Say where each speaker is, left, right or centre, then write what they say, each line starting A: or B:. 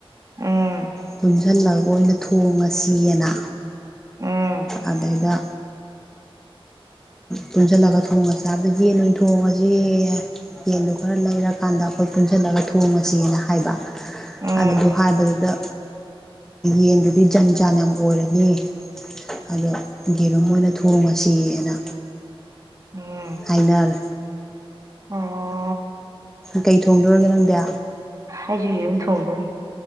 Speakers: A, on the right; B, in the centre.
A: ꯎꯝ
B: ꯄꯨꯟꯁꯤꯜꯂꯒ ꯑꯣꯏꯅ ꯊꯣꯡꯉꯁꯤꯅ
A: ꯎꯝ
B: ꯑꯗꯩꯗ ꯄꯨꯟꯁꯤꯜꯂꯒ ꯊꯣꯡꯉꯥꯁꯤ ꯍꯥꯏꯕꯗ ꯌꯦꯟ ꯑꫭꯏꯅ ꯊꯣꯡꯉꯥꯁꯤ ꯌꯦꯟꯗꯣ ꯈꯔ ꯂꯩꯔꯀꯥꯟꯗ ꯑꯩꯈꯣꯏ ꯄꯨꯟꯁꯤꯜꯂꯒ ꯊꯣꯡꯉꯁꯤꯅ ꯍꯥꯏꯕ
A: ꯎꯝ
B: ꯑꯗꯨꯗꯣ ꯍꯥꯏꯕꯗꯨꯗ ꯌꯦꯟꯗꯨꯗꯤ ꯖꯟ ꯖꯥꯟ ꯌꯥꯝ ꯑꯣꯏꯔꯅꯤ ꯑꯗꯣ ꯌꯦꯔꯨꯝ ꯑꯣꯏꯅ ꯊꯣꯡꯉꯁꯤꯅ
A: ꯎꯝ
B: ꯐꯥꯏꯅꯜ
A: ꯑꯣ
B: ꯀꯩ ꯊꯣꯡꯗꯣꯔꯒꯦ ꯅꯪꯗꯤ
A: ꯑꯩꯁꯨ ꯌꯦꯔꯨꯝ ꯊꯣꯡꯗꯣꯏꯅꯤ